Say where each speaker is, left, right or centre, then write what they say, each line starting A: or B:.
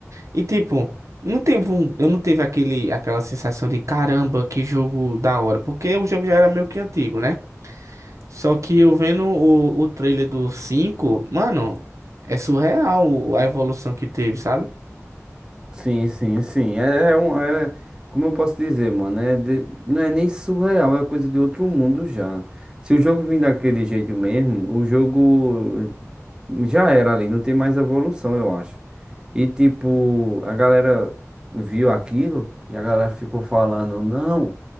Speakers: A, on the right; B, on the right.
A: E tipo, não teve um, eu não teve aquele, aquela sensação de caramba, que jogo da hora, porque o jogo já era meio que antigo, né? Só que eu vendo o, o trailer do cinco mano, é surreal o- a evolução que teve, sabe?
B: Sim, sim, sim. É, é um. É, como eu posso dizer, mano? É de- não é nem surreal, é coisa de outro mundo já. Se o jogo vir daquele jeito mesmo, o jogo já era ali, não tem mais evolução, eu acho. E tipo, a galera viu aquilo e a galera ficou falando, não,